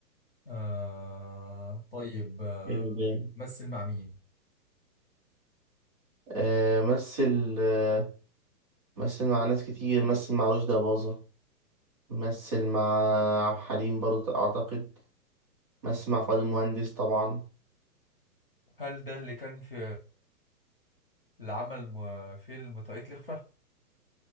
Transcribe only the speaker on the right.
حلو جامد
آه مثل آه مثل مع ناس كتير مثل مع رشدي أباظة مثل مع عبد الحليم برضه أعتقد مثل مع فؤاد المهندس طبعا